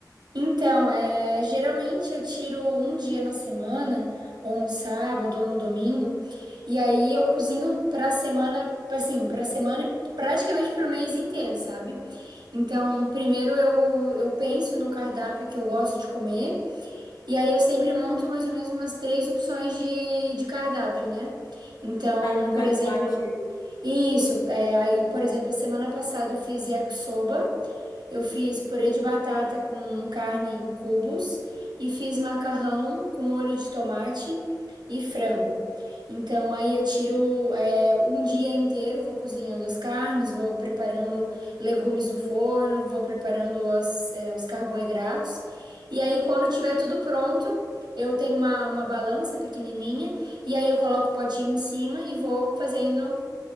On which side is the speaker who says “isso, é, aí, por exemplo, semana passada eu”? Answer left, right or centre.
Right